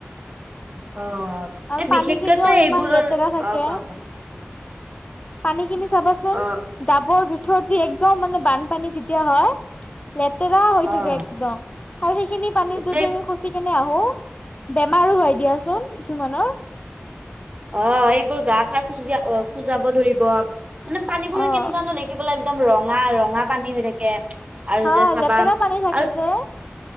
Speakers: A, on the right (about 35°); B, on the left (about 35°).
A: অ
B: আৰু
A: এ
B: পানী
A: বিশেষকৈ
B: খিনিও ইমান
A: এইবোৰৰ
B: লেতেৰা
A: অ
B: থাকে
A: কোৱা কোৱা
B: পানী খিনি চাবাচোন
A: অ',
B: জাবৰ জোথৰ দি একদম মানে বানপানী যেতিয়া হয় লেতেৰা হৈ
A: অ',
B: থাকে একদম আৰু সেইখিনি পানীত
A: গোটেই
B: যদি আমি খচি কেনে আহো বেমাৰো হয় দিয়াচোন কিছুমানৰ
A: অ এইবোৰ গা চা খজা অ খুজাব ধৰিব মানে পানীবোৰ
B: অ',
A: কেনেকুৱা ন দেখিব লাগি একদম ৰঙা ৰঙা পানী হৈ থাকে আৰু
B: হয়
A: যে চাবা
B: লেতেৰা পানী থাকে
A: আৰু
B: যে